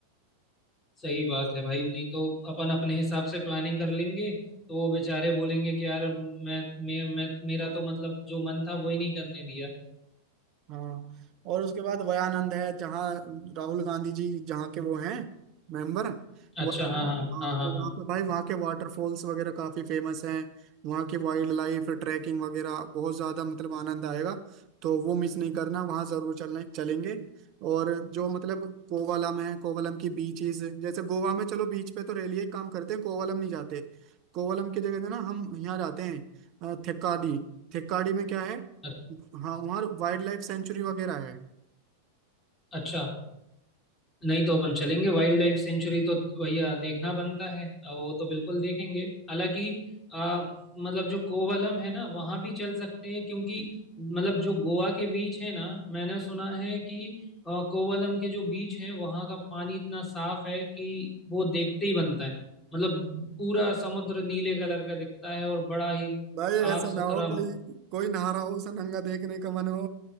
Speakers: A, on the left; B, on the right.
A: सही बात है भाई नहीं तो अपन अपने हिसाब से प्लानिंग कर लेंगे तो वो बेचारे बोलेंगे कि यार मैं मैं मैं मेरा तो मतलब जो मन था वही नहीं करने दिया
B: हाँ और उसके बाद वयानंद है जहाँ राहुल गांधी जी जहाँ के वो हैं मेंबर
A: अच्छा
B: वयानंद
A: हाँ हाँ
B: हाँ
A: हाँ हाँ
B: तो वहाँ
A: हाँ
B: पे भाई वहाँ के वाटरफॉल्स वगैरह काफी फेमस हैं वहाँ की वाइल्ड लाइफ ट्रैकिंग वगैरह बहुत ज्यादा मतलब आनंद आएगा तो वो मिस नहीं करना वहाँ जरूर चलने चलेंगे और जो मतलब कोवलम है कोवलम की बीचेस जैसे गोवा में चलो बीच पे तो रेलिए काम करते हैं कोवलम नहीं जाते कोवलम की जगह से ना हम यहाँ जाते हैं अ, थेक्काडी थेक्काडी में क्या है
A: अ-
B: हाँ वहाँ वाइल्ड लाइफ सेंचुरी वगैरह है
A: अच्छा नहीं तो अपन चलेंगे वाइल्ड लाइफ सेंचुरी तो भैया देखना बनता है अ, वो तो बिल्कुल देखेंगे हालांकि आ, मतलब जो कोवलम है ना वहां भी चल सकते हैं क्योंकि मतलब जो गोवा के बीच है ना मैंने सुना है कि अ, कोवलम के जो बीच है वहां का पानी इतना साफ है कि वो देखते ही बनता है मतलब पूरा समुद्र नीले कलर का दिखता है और बड़ा ही
B: भाई
A: साफ
B: ऐसा
A: सुथरा
B: ना हो कोई कोई नहा रहा हो उसे नंगा देखने का मन हो